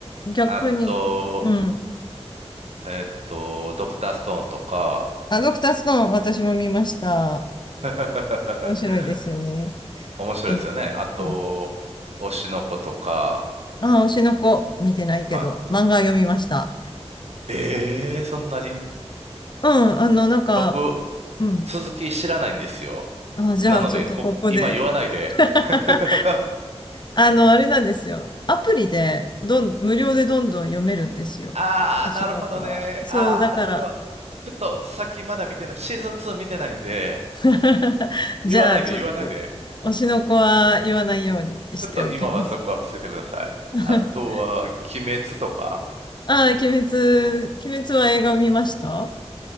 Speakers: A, on the left; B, on the right.
A: 逆に。
B: あと、
A: うん。
B: えっと、ドクターストーンとか、
A: あ、ドクターストーン、私も見ました。
B: <laughs>
A: 面白いですよね。
B: 面白いですよね。
A: 勉
B: あと、
A: 強
B: 推しの子とか、
A: ああ、推しの子、見てないけど、
B: は
A: 漫画読みました。
B: い。ええー、そんなに
A: うん、あの、なんか、
B: 僕、
A: うん。
B: 続き知らないんですよ。
A: あ、じゃあ、
B: なので、
A: ちょっとここで。
B: こ、今言わないで。
A: <laughs>
B: <laughs>
A: あの、あれなんですよ。アプリで、どん、無料でどんどん読めるんですよ。
B: ああ、
A: 推しの子は。
B: なるほどね。
A: そう、
B: ああ、
A: だから
B: それは、ちょっと先まだ見てない、シーズン2見てないんで、
A: <laughs> じゃあ、
B: 言わないで、
A: ちょっと、
B: 言わないで。
A: 推しの子は言わないようにしておきます。
B: ちょっと今はそこは伏せてください。
A: <laughs>
B: あとは、鬼滅とか、
A: ああ、鬼滅、鬼滅は映画見ました